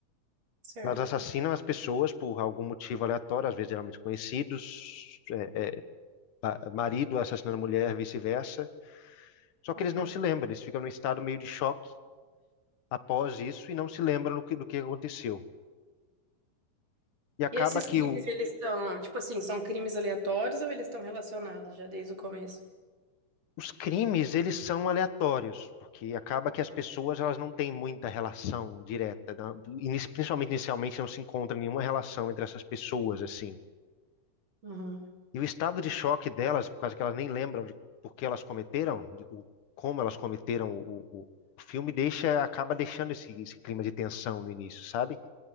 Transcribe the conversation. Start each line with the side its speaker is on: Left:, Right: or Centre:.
Right: Certo.
Left: Elas assassinam as pessoas por algum motivo aleatório, às vezes geralmente conhecidos, é, pa- marido assassinando mulher, vice-versa. Só
Right: Uhum.
Left: que eles não se lembram, eles ficam num estado meio de choque após isso e não se lembram do que, do que aconteceu. E acaba
Right: E esses
Left: que
Right: crimes,
Left: o,
Right: eles estão, tipo assim, são crimes aleatórios ou eles estão relacionados já desde o começo?
Left: os crimes, eles são aleatórios, porque acaba que as pessoas elas não têm muita relação direta, né? Inici- principalmente inicialmente não se encontra nenhuma relação entre essas pessoas assim.
Right: Uhum.
Left: E o estado de choque delas, por causa que elas nem lembram de por que elas cometeram, de- o- como elas cometeram o, o, o filme deixa, acaba deixando esse, esse clima de tensão no início, sabe?